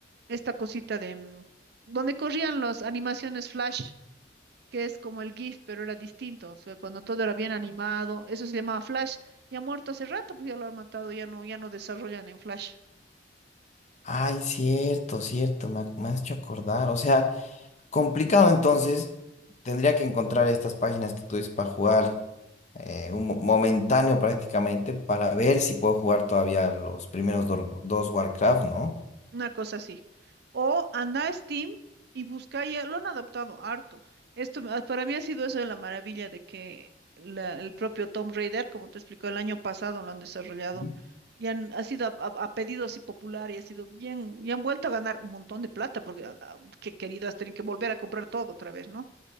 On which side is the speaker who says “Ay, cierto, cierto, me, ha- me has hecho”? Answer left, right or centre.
Left